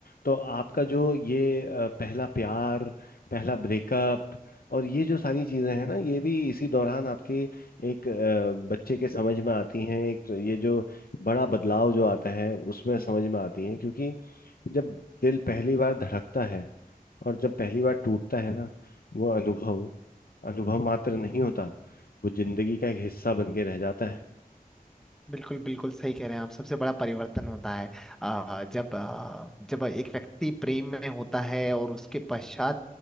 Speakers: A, on the left; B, in the centre.
A: तो आपका जो ये अ, पहला प्यार पहला ब्रेकअप और ये जो सारी चीजें हैं ना ये भी इसी दौरान आपके एक अ, बच्चे के समझ में आती हैं एक तो ये जो बड़ा बदलाव जो आता है उसमें समझ में आती हैं क्योंकि जब दिल पहली बार धड़कता है और जब पहली बार टूटता है ना वो अनुभव अनुभव मात्र नहीं होता वो जिंदगी का एक हिस्सा बन के रह जाता है
B: बिल्कुल बिल्कुल सही कह रहे हैं आप सबसे बड़ा परिवर्तन होता है अ, जब अ, जब एक व्यक्ति प्रेम में होता है और उसके पश्चात